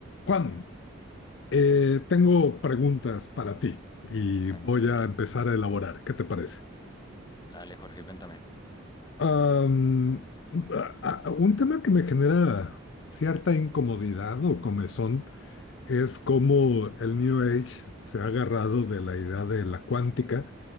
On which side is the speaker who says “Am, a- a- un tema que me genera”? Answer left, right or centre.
Left